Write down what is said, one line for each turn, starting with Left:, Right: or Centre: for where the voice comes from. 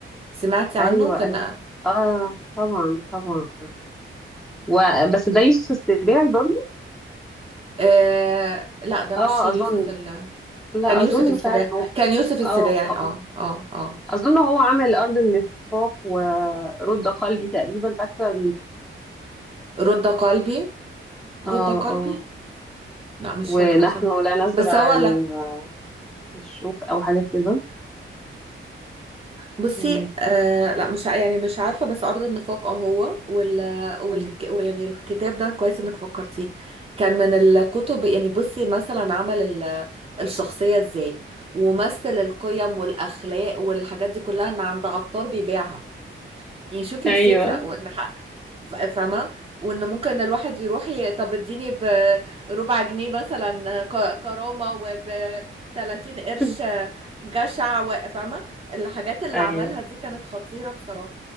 Right: سمعتي
Centre: ايوه
Right: عنه كان
Centre: ايوه اه طبعا طبعا وبس ده يوسف السباعي برضه
Right: آه... لا ده
Centre: اه
Right: مش يوسف
Centre: اظن
Right: ال...
Centre: لا
Right: كان يوسف
Centre: اظن
Right: السباعي
Centre: فعلا هو
Right: كان يوسف السباعي
Centre: اه اه
Right: اه
Centre: آه.
Right: اه اه
Centre: اظن هو عمل ارض النفاق ورد قلبي تقريبا فاكره
Right: رد قلبي رد
Centre: اه
Right: قلبي
Centre: اه
Right: لا مش
Centre: ونحن
Right: فاكرة بصراحة
Centre: لا نزرع
Right: بس هو
Centre: ال-
Right: لا
Centre: الشوك او حاجة كده
Right: بصي
Centre: مم.
Right: آه لا مش ع- يعني مش عارفة بس أرض النفاق اهو وال والك
Centre: مم.
Right: يعني الكتاب ده كويس إنك فكرتيه كان من الكتب يعني بصي مثلا عمل ال- الشخصية إزاي ومثل القيم والأخلاق والحاجات دي كلها إن عند عطار بيبيعها يعني شوفي
Centre: ايوه
Right: الفكرة وان ح- ف- فاهمة وان ممكن الواحد يروح ي... طب اديني بربع جنيه مثلا ك- كرامة وب 30 قرش
Centre: <laughs>
Right: جشع و- فاهمة الحاجات اللي
Centre: ايوه
Right: عملها دي كانت خطيرة بصراحة